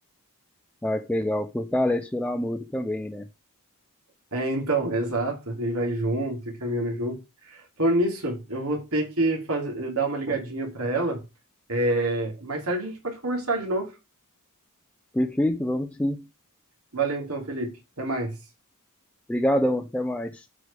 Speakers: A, in the centre; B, on the right.
A: Ah, que legal. Fortalece o namoro também, né?
B: É, então, exato. E vai junto, e caminhando junto. Falando nisso, eu vou ter que fazer, dar uma ligadinha para ela. É, mais tarde a gente pode conversar de novo.
A: Perfeito, vamos sim.
B: Valeu então, Felipe. Até mais.
A: Obrigadão, até mais.